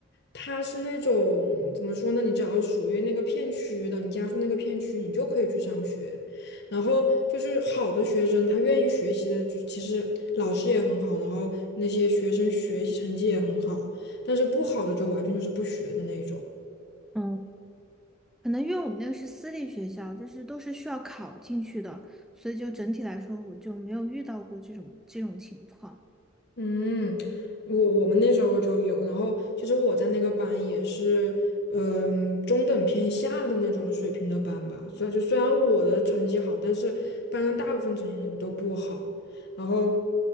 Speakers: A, on the left; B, in the centre.
A: 他是那种怎么说呢？你只要属于那个片区的，你家住那个片区，你就可以去上学。然后就是好的学生，他愿意学习的，就其实老师也很好，然后那些学生学习成绩也很好，但是不好的就完全就是不学的那种。
B: 嗯，可能因为我们那个是私立学校，就是都是需要考进去的，所以就整体来说，我就没有遇到过这种这种情况。
A: 嗯，我我们那时候就有，然后其实我在那个班也是，嗯，中等偏下的那种水平的班吧。所以就虽然我的成绩好，但是班上大部分成绩都不好，然后